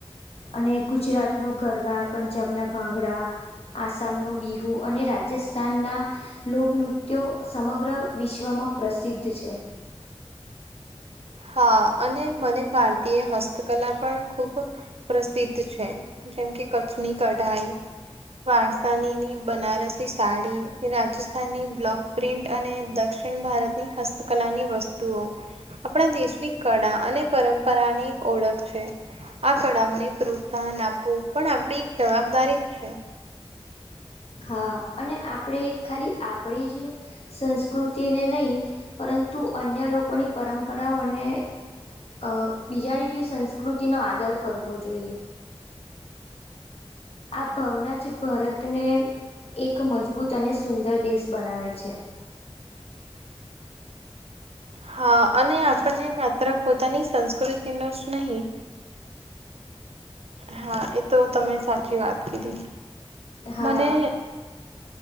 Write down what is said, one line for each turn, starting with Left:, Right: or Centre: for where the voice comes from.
Left: અને ગુજરાત નું ગરબા, પંજાબના ભાંગડા, આસામનું બિહુ અને રાજ જસ્થાનનાં લોકનૃત્યો સમગ્ર વિશ્વમાં પ્રસિદ્ધ છે.
Right: હા. અને મને ભારતીય હસ્તકલા પણ ખૂબ પ્રસિદ્ધ છે. જેમ કે કચ્છની કઢાઈ વારસાનીની બનારસી સાડી, રાજસ્થાનની બ્લોક પ્રિન્ટ અને દક્ષિણ ભારતની હસ્તકલાની વસ્તુઓ આપણા દેશની કળા અને પરંપરાની એક ઓળખ છે. આ કળાઓને પ્રોત્સાહન આપવું પણ આપણી એક જવાબદારી જ છે.
Left: હા. અને આપણે ખાલી આપણી જ સંસ્કૃતિને નહીં, પરંતુ અન્ય લોકોની પરંપરાઓને અહ બીજાની બી સંસ્કૃતિ નો આદર કરવો જોઈએ. આ ભવના જ ભરતને એક મજબૂત અને સુંદર દેશ બનાવે છે.
Right: હા. અને આપણને માત્ર પોતાની સંસ્કૃતિનું જ નહીં હા. એ તો તમે સાચી વાત કીધી.
Left: હા
Right: મને